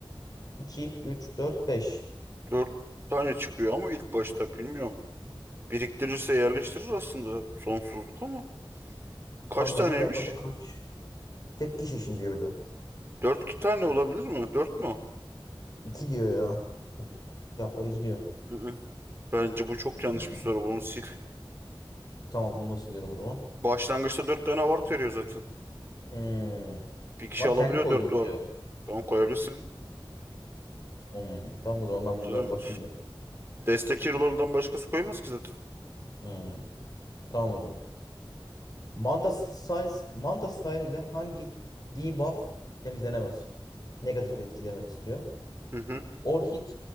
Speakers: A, on the left (about 45°); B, on the right (about 25°).
A: 2, 3, 4, 5.
B: Dört tane çıkıyor ama ilk başta bilmiyorum. Biriktirirse yerleştirir aslında sonsuzluk ama. Kaç
A: Aynı
B: taneymiş?
A: anda en fazla kaç? Tek kişi için diyor bir de.
B: Dört iki tane olabilir mi? Dört mü?
A: 2 diyor ya. Cevapları 2 diyor.
B: Hı-hı. Bence bu çok yanlış
A: Hmm.
B: bir soru. Bunu sil.
A: Tamam bunu da siliyorum o zaman.
B: Başlangıçta dört tane ward veriyor zaten.
A: Hmm.
B: Bir kişi
A: Ama
B: alabiliyor
A: kendi koydun
B: dört vardı.
A: diyor.
B: Tamam koyabilirsin.
A: Hmm, tamam o zaman ben
B: Zaten
A: bunu da bakayım bir.
B: Destek hero'larından başkası koymaz ki zaten.
A: Hmm, tamam o zaman. Manta size, Manta style ile hangi debuff temizlenemez? Negatif etki demek istiyor.
B: Hı-hı.
A: Orchid,